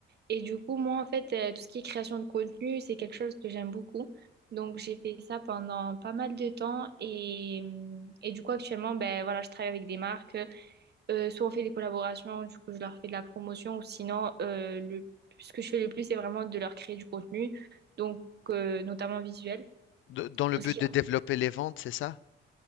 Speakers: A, on the right (about 55°); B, on the left (about 80°).
A: Et du coup, moi, en fait, euh, tout ce qui est création de contenu, c'est quelque chose que j'aime beaucoup. Donc, j'ai fait ça pendant pas mal de temps. Et, euh, et du coup, actuellement, ben, voilà, je travaille avec des marques. Euh, soit on fait des collaborations, du coup je leur fais de la promotion, ou sinon euh, le, ce que je fais le plus c'est vraiment de leur créer du contenu, donc euh, notamment visuel,
B: De- dans le
A: tout
B: but
A: ce qui est...
B: de développer les ventes, c'est ça?